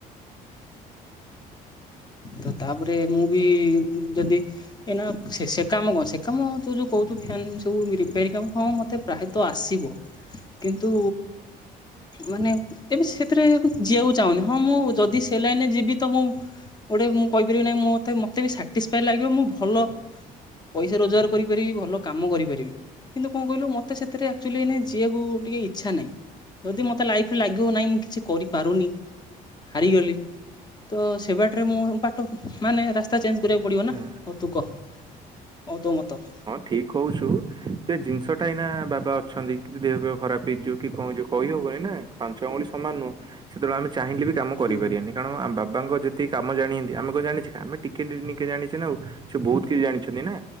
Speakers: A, on the right; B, on the left.
A: <inaudible>
B: ତ ତାପରେ ମୁଁ ବି ଯଦି ଏ ନା ସେ ସେ କାମ କଣ ସେ କାମ ତୁ ଯେଉଁ କହୁଛୁ ଫ୍ୟାନ୍ ସବୁ ରିପେୟାରିଂ କାମ ହଁ ମୋତେ ପ୍ରାୟତଃ ତ ଆସିବ କିନ୍ତୁ ମାନେ ଏବେ ସେଥିରେ ମୁଁ ଯିବାକୁ ଚାହୁଁନି, ହଁ, ମୁଁ ଯଦି ସେ ଲାଇନରେ ଯିବି ତ ମୁଁ ଗୋଟେ ମୁଁ କହିପାରିବି ନାହିଁ ମତେ, ମତେ ବି ସାଟିସ୍ ଫାୟ ଲାଗିବ ମୁଁ ଭଲ ପଇସା ରୋଜଗାର କରିପାରିବି ଭଲ କାମ କରିପାରିବି। କିନ୍ତୁ କଣ କହିଲୁ ମତେ ସେଥିରେ ଆକ୍ଚୁଆଲି ଏଇନା ଯିବାକୁ ଟିକେ ଇଚ୍ଛା ନାହିଁ। ଯଦି ମତେ ଲାଇଫରେ ଲାଗିବ ନାହିଁ ମୁଁ କିଛି କରିପାରୁନି ହାରିଗଲି ତ ସେ ବାଟରେ ମୁଁ ବାଟ ମାନେ ରାସ୍ କଥା ଚେଞ୍ଜ କରିବାକୁ ପଡିବ ନା
A: ହଁ
B: ହଉ ତୁ କହ କଣ ତୁ ମତ
A: ଠିକ୍ କହୁଛୁ। ତ ଏ ଜିନିଷ ଟା ଏଇନା ବାବା ଅଛନ୍ତି କି ଦେହ ଖରାପ ହେଇଯିବ କି କଣ ହେଇଯିବ କହିହବନି ନା ପାଞ୍ଚ ଅଙ୍ଗୁଳି ସମାନ ନୁହଁ। ସେତେବେଳେ ଆମେ ଚାହିଁଲେ ବି କାମ କରିପାରିବାନି,
B: ହୁଁ
A: କାରଣ ଆମ ବାବାଙ୍କ ଯେତିକି କାମ ଜାଣିଛନ୍ତି ଆମେ କଣ ଜାଣିଛେ, ଆମେ ଟିକେ ଟିକେ ଜାଣିଛନ୍ତି ଆଉ ସେ ବହୁତ କିଛି ଜାଣିଛନ୍ତି ନା